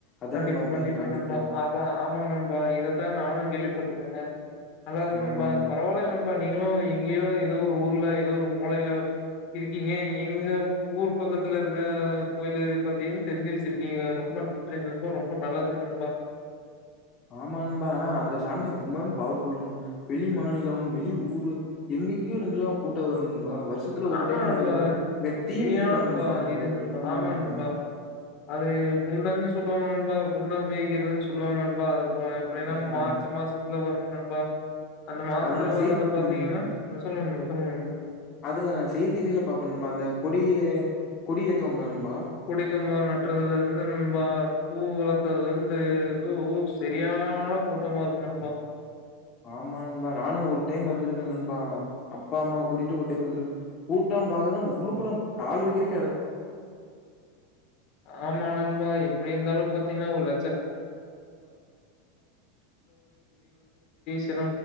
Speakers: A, on the left; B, on the left.
A: அதான்
B: கண்டிப்பா
A: நண்பா
B: கண்டிப்பாங்
A: மெயின் கான்செப்ட்டு.
B: நண்பா அதா ஆமாங் நண்பா இதத்தா நானு கேள்விப்பட்ருக்கேங்க நல்லது நண்பா
A: ஆமா.
B: பரவாயில்லங் நண்பா நீங்களு எங்கேயோ எதோ ஒரு ஊர்ல எதோ ஒரு மூலயில இருக்கீங்க எங்க ஊர் பக்கத்துல இருக்க கோய்லு பத்தியு தெரிஞ்சு வெச்சிருக்கீங்க ரொம்ப நன் றி நண்பா ரொம்ப நல்லது நண்பா
A: ஆமா நண்பா ஆனா அந்த சாமி ரொம்ப பவர்ஃபுல்லு நண்பா வெளி மாநிலம் வெளி ஊரு எங்கெங்க்யோருந்துலா கூட்டோ வரு ண்பா வர்ஷத்துல ஒரு
B: ஆமா
A: டைமு
B: நண்பா
A: பாத்தீங்கன்னா இங்க தீ
B: சரியான
A: மிதிப்பாங்க
B: ப
A: நண்பா அந்த
B: இது நண்பா
A: உம்
B: ஆமா நண்பா அது குண்டம்ன்னு சொல்லுவாங்கநண்பா குண்டோ மிதிக்கிறதுன் சொல்லுவாங்க நண்பா அது இப்போ <unintelligible>
A: ம்.
B: மார்ச்சு மாசத்ல வரு நண்பா அந்த மாசத்துல
A: அத நான் செய்
B: வர்றது பாத்தீங்கன்னா
A: ம்.
B: சொல்லுங்க நண்பா
A: அதுல நான் செய்தில பார்பணுனுமா அந்த கொடிய கொடி ஏத்துவாங்கனுமா
B: குடுக்கம்பம் நட்டுறதுல இருந்து நண்பா பூ வள அதுல இருந்து இது சரியான கூட்டமா இருக்கு நண்பா
A: ஆமா நண்பா நானும் ஒரு டைம் வந்திருக்கேன் நண்பா அப்பா அம்மாாவ கூட்டிட்டு ஒரு டைம் வந்திருக்கேன் கூட்டம் பான்னா உள்ளுக்குள்ள கால் வைக்கிற
B: ஆமா நண்பா எப்படி இருந்தாலும் பாத்தீங்கன்னா உள்ள <unintelligible>